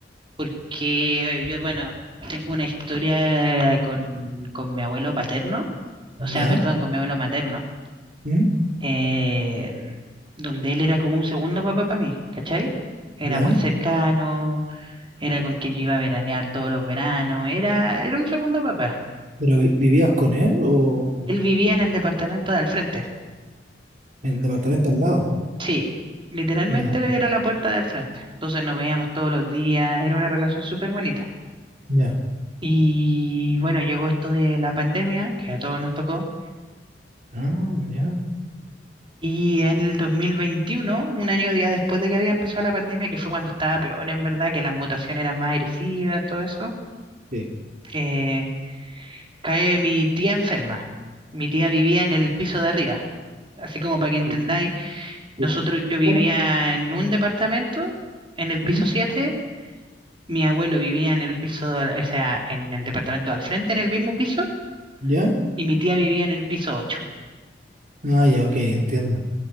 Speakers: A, on the right (about 30°); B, on the right (about 45°).
A: Porque eh, yo, bueno, tengo una historia con, con mi abuelo paterno
B: ¿Ya?
A: o sea, perdón, con mi abuelo materno,
B: ¿Mm?
A: eh, donde él era como un segundo papá para mí, ¿cachai? Era
B: ¿Ya?
A: muy cercano, era con quien yo iba a veranear todos los veranos, era, era un segundo papá.
B: ¿Pero vi- vivías con él o
A: Él vivía en el departamento de al frente,
B: en el departamento al lado?
A: sí, literalmente
B: Ya,
A: era la puerta del frente, entonces nos veíamos todos los días, era una relación súper bonita.
B: ya.
A: Y bueno, llegó esto de la pandemia, que a todos nos tocó
B: Ah, ya.
A: Y en el 2021, un año día después de que había empezado la pandemia, que fue cuando estaba peor en verdad, que la mutación era más agresiva, todo eso,
B: Sí.
A: eh, cae mi tía enferma. Mi tía vivía en el piso de arriba. Así como para que entendáis,
B: Sí,
A: nosotros,
B: sí.
A: yo vivía
B: ¿Cómo?
A: en un departamento, en el
B: ¿Mm?
A: piso siete mi abuelo vivía en el piso, de- o sea, en el departamento al frente, en el mismo piso,
B: ¿Ya?
A: y mi tía vivía en el piso ocho
B: Ah, ya, ok, entiendo.